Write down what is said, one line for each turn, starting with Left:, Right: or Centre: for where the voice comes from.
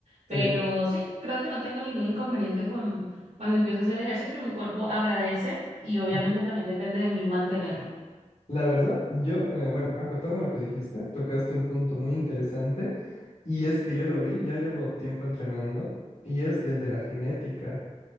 Right: Pero
Left: sí.
Right: sí, creo que no tengo ningún inconveniente con cuando empiezo a hacer ejercicio, mi cuerpo agradece y obviamente
Left: ujú.
Right: también depende de mí mantenerlo.
Left: La verdad, yo, eh, bueno, acotando lo que dijiste, tocaste un punto muy interesante y es que yo lo vi, ya llevo tiempo entrenando y es el de la genética.